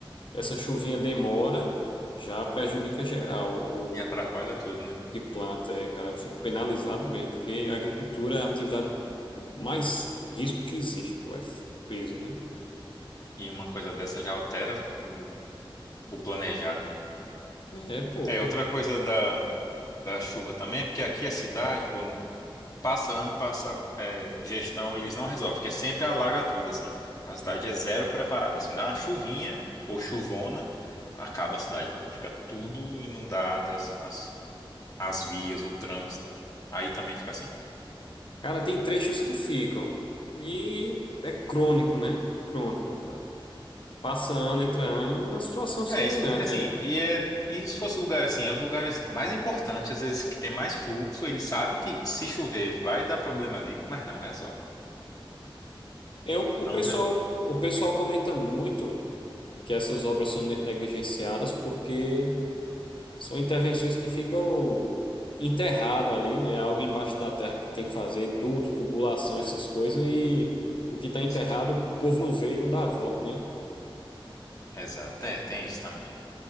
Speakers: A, on the left (about 65°); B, on the left (about 40°).
A: essa
B: Hum.
A: chuvinha demora, já prejudica geral o,
B: E atrapalha tudo, né?
A: o que planta, é, cara. Eu fico penalizado
B: É.
A: mesmo, porque a agricultura é a atividade mais risco que existe, pô, é peso, né?
B: E uma coisa dessa já altera o, o planejado, né?
A: É, pô,
B: É, outra coisa da, da chuva também, porque aqui a cidade, pô, passa ano, passa é, gestão, eles não resolvem, porque sempre alaga tudo, assim. A cidade é zero preparada, assim, dá uma chuvinha ou chuvona, acaba a cidade, pô. Fica tudo inundado, as, as, as vias, o trânsito. Aí também fica assim.
A: Cara, tem trechos que ficam. E é crônico, né? Crônico. Passa ano, entra ano, é uma situação é semelhante
B: É, isso que eu fico assim.
A: aí.
B: E, é, e se fosse lugar assim, é os lugares mais importantes, às vezes, assim, que tem mais fluxo, eles sabem que se chover vai dar problema ali, mas não resolve.
A: Eu, o
B: Não
A: o pessoal,
B: resolve.
A: o pessoal comenta muito que essas obras são ne- negligenciadas porque são intervenções que ficam enterrado ali, né? Algo embaixo da terra que tem que fazer, duto, tubulação,
B: né?
A: essas coisas, e o que está enterrado,
B: Faz sentido.
A: o povo não vê e não dá voto, né?
B: Exato. É, tem isso também.